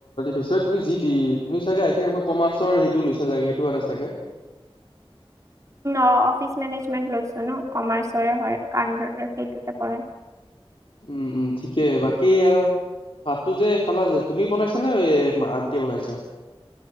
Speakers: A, on the left; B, on the right.
A: বিছয় তুমি যি দি, তুমি চাগে আই থিং আমাৰ কমাৰ্চৰ সেইটো লৈছা চাগে সেইটো আনে চাগে।
B: অ', অফিচ মেনেজমেণ্ট লৈছো ন' কমাৰ্চৰে হয় সেইটোতে পৰে।
A: উম, উম, ঠিকেই বাকী আৰু ভাতটো যে খালা যে তুমি বনাইছা নে এ আন্টিয়ে বনাইছা?